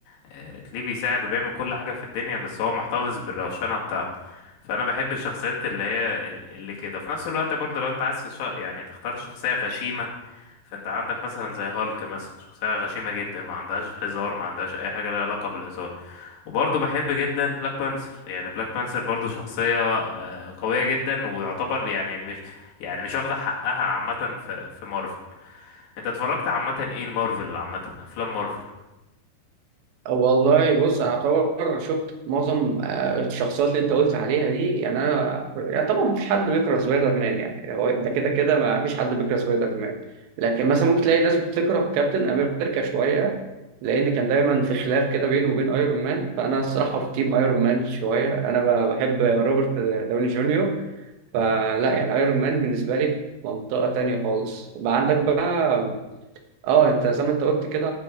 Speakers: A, on the left; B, on the right.
A: آه تلاقيه بيساعد وبيعمل كل حاجة في الدنيا بس هو محتفظ بالروشنة بتاعته فانا بحب الشخصيات اللي هي ال- اللي كده في نفس الوقت برضه لو انت عايز تش- يعني تختار شخصية غشيمة فانت عندك مثلا زي هالك مثلا شخصية غشيمة جدا ما عندهاش هزار ما عندهاش اي حاجة لها علاقة بالهزار وبرضه بحب جدا بلاك بانثر يعني بلاك بانثر برضه شخصية آه، قوية جدا ويعتبر يعني مش يعني مش واخدة حقها عامة في في مارفل انت اتفرجت عامة ايه المارفل عامة افلام مارفل
B: والله بص أنا أعتبر شفت معظم آه، الشخصيات اللي أنت قلت عليها دي يعني أنا يعني طبعا مفيش حد بيكره سبايدر مان يعني هو ده كده كده مفيش حد بيكره سبايدر مان لكن مثلا ممكن تلاقي ناس بتكره كابتن أمريكا شوية لأن كان دايما في خلاف كده بينه وبين أيرون مان فأنا الصراحة في تيم أيرون مان شوية أنا ب- بحب روبرت داوني جونيور فلا يعني ايرون مان بالنسبه لي في منطقه تانية خالص بقى عندك بقى اه انت زي ما انت قلت كده